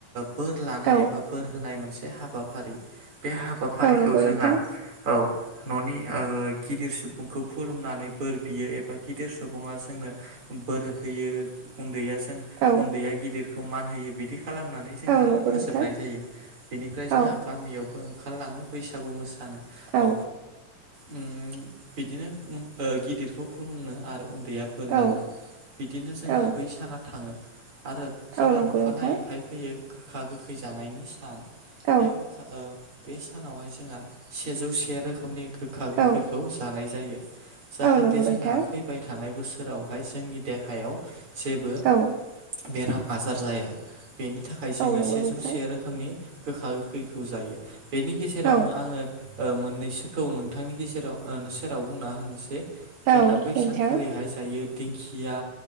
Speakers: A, on the right (about 40°); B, on the right (about 75°).
A: बोर लानाय
B: औ
A: एबा बोर होनाय मोनसे हाबाफारि बे हाबाफारिखौ
B: औ नंगौ
A: जोंहा
B: नोंथां
A: औ न'नि ओ गिदिर सुबुं सुबुंखौ खुलुमनानै बोर बियो एबा गिदिर सुबुङा जोंनो बोर होयो। उन्दैया जों
B: औ
A: उन्दैया गिदिरखौ मान होयो बिदि खालामनानै जोंना
B: औ नंगौ
A: फोजोबनाय
B: नोंथां
A: जायो बेनिफ्राय
B: औ
A: जोंहा गामियाव ओंखारलाङो बैसागु मोसानो
B: औ
A: अ उम बिदिनो उ ओ गिदिरखौ खुलुमनो आरो उन्दैया बोर
B: औ
A: लानो बिदिनो जोंना
B: औ
A: बै साना थाङो आरो जोंना
B: औ नंगौ
A: नखानायनायैहाय
B: नोंथां
A: फैयो गोखा गोखै जानायनि सान
B: औ
A: बे गोखा ओ बे सानावहाय जोंहा सेजौ से रोखोमनि गोखा गोखैखौ
B: औ
A: जानाय जायो जाहाथे
B: औ नंगौ
A: जोंना
B: नोंथां
A: फैबाय थानाय बोसोर सोरावहाय जोंनि देहायाव जेबो
B: औ
A: बेराम आजार जाया। बेनि थाखाय जोङो
B: औ नंगौ
A: सेजौ
B: नोंथां
A: से रोखोमनि गोखा गोखैखौ जायो। बेनि गेजेरावनो
B: औ
A: आङो ओ मोननैसोखौ नोंथांनि गेजेराव ओ सेराव बुंना होनोसै। जोंना
B: औ
A: बै
B: नोंथां
A: सानखालिहाय जायो दिंखिया